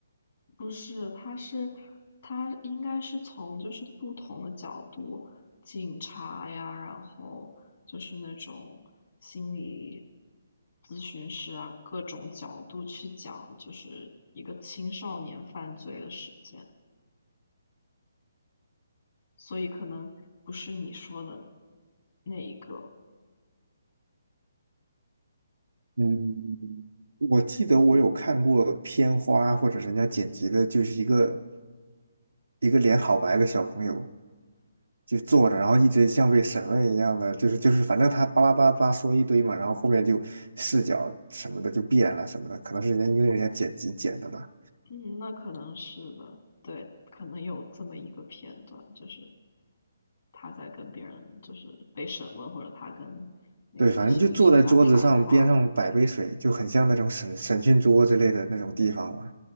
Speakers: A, on the left (about 55°); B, on the right (about 80°).
A: 不是，他是他应该是从就是不同的角度，警察呀，然后就是那种心理咨询师啊，各种角度去讲，就是一个青少年犯罪的事件，所以可能不是你说的那一个，
B: 嗯，我记得我有看过片花或者人家剪辑的，就是一个一个脸好白的小朋友就坐着，然后一直像被审问一样的，就是就是反正他巴拉巴拉巴拉说一堆嘛，然后后面就视角什么的就变了什么的，可能是人家因为人家剪辑剪的吧。
A: 嗯，那可能是的，对，可能有这么一个片段，就是他在跟别人就是被审问，或者他跟那个心理学家谈话了。
B: 对，反正就坐在桌子上，边上摆杯水，
A: 对
B: 就很像那种审审讯桌之类的那种地方嘛。